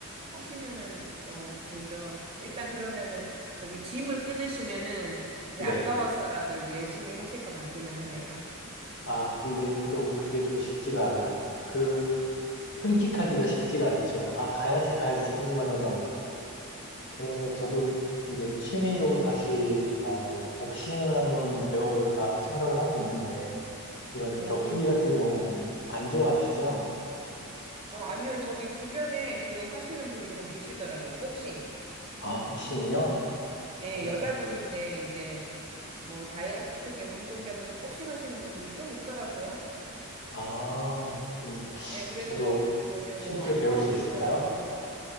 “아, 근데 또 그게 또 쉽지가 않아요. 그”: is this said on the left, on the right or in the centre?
Left